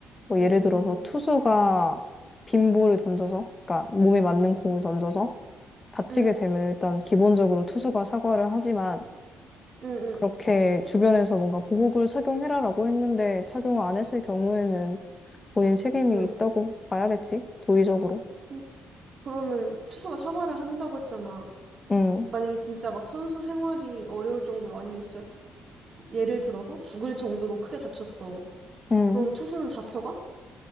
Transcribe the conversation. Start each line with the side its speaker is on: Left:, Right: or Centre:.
Left: 뭐
Right: 음,
Left: 예를 들어서 투수가 빈 볼을 던져서, 그러니까 몸에 맞는 공을 던져서 다치게
Right: 응,
Left: 되면 일단 기본적으로 투수가 사과를 하지만
Right: 응,
Left: 그렇게
Right: 응,
Left: 주변에서 뭔가 보복을 착용해라라고 했는데 착용을 안 했을 경우에는 본인 책임이
Right: 응.
Left: 있다고 봐야겠지? 도의적으로.
Right: 음, 그러면 투수가 사과를 한다고 했잖아.
Left: 음,
Right: 만약에 진짜 막 선수 생활이 어려울 정도로 아니면 진짜 예를 들어서 죽을 정도로 크게 다쳤어.
Left: 음.
Right: 그러면 투수는 잡혀가?